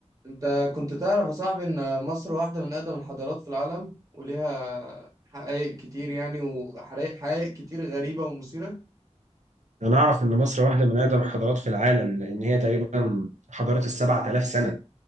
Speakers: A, on the right; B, on the right.
A: انت كنت تعرف يا صاحبي ان مصر واحدة من اقدم الحضارات في العالم وليها حقائق كتير يعني وحقائق حقائق كتير غريبة ومثيرة
B: أنا أعرف إن مصر واحدة من أقدم الحضارات في العالم لأن هي تقريبا حضارة السبعة آلاف سنة